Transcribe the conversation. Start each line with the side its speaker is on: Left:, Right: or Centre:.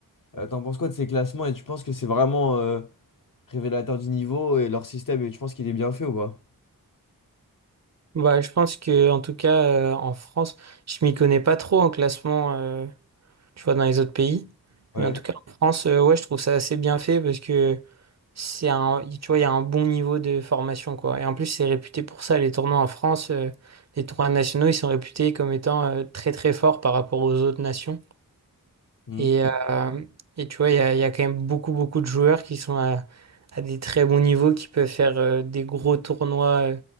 Left: Euh, t'en penses quoi de ces classements et tu penses que c'est vraiment euh, révélateur du niveau et leur système et tu penses qu'il est bien fait ou pas?
Right: bah, je pense que, en tout cas, euh, en France, je m'y connais pas trop en classement. euh, tu vois, dans les autres pays.
Left: Ouais.
Right: Mais en tout cas, en France, euh, ouais, je trouve ça assez bien fait parce que c'est un, tu vois, il y a un bon niveau de formation, quoi. Et en plus, c'est réputé pour ça. Les tournois en France, euh, les tournois nationaux, ils sont réputés comme étant euh, très, très forts par rapport aux autres nations.
Left: Mhm.
Right: Et, euh, et tu vois, il y a, il y a quand même beaucoup, beaucoup de joueurs qui sont à, à des très bons niveaux, qui peuvent faire euh, des gros tournois euh,